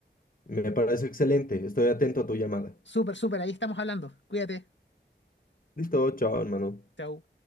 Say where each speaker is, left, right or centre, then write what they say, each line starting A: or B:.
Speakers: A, on the left; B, on the left.
A: Me parece excelente. Estoy atento a tu llamada.
B: Súper, súper, ahí estamos hablando. Cuídate.
A: Listo, chao, hermano.
B: Chau.